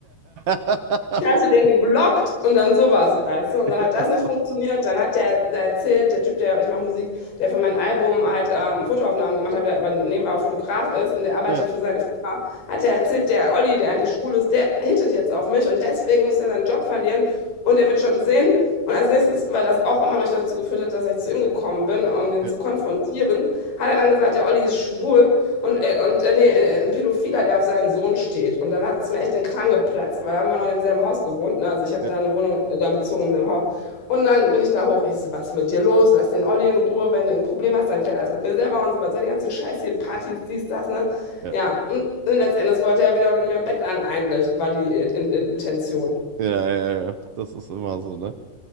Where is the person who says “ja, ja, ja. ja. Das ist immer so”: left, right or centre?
Right